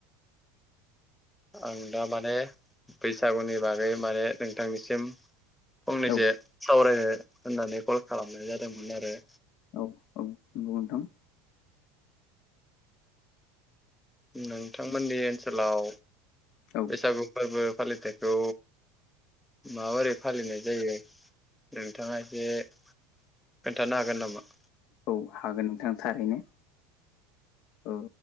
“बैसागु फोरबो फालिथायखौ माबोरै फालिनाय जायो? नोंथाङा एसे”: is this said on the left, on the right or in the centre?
Centre